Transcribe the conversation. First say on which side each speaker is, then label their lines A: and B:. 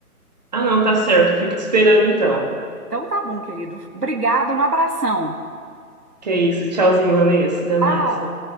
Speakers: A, on the right; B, on the right.
A: Ah, não, tá certo. Eu fico te esperando então.
B: Então tá bom, querido. Obrigada, um abração.
A: Que é isso. Tchauzinho, Vanessa. Até
B: Tchau.
A: mais.